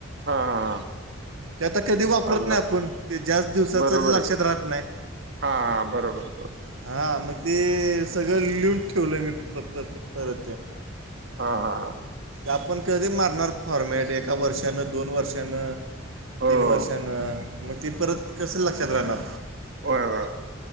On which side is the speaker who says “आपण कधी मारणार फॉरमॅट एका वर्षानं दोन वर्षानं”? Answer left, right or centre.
Right